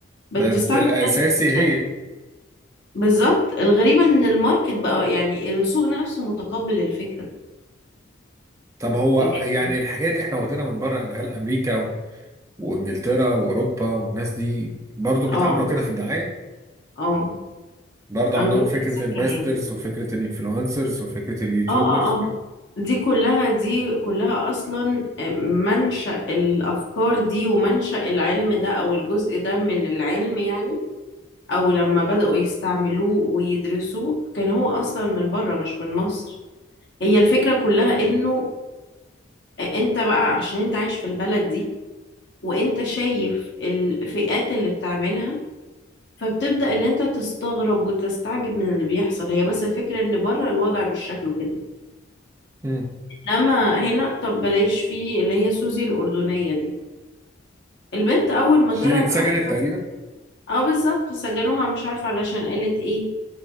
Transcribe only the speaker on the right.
بس الأساسي
هي
طب هو
يعني الحكاية دي احنا واخدينها من بره يعني هل أمريكا و- وإنجلترا وأوروبا والناس دي برضو بيتعاملوا
كده في الدعاية؟
برضه
عندهم فكرة
امباسترز وفكرة الانفلونسرز وفكرة اليوتيوبرز
مم.
دي اللي اتسجنت
تقريبا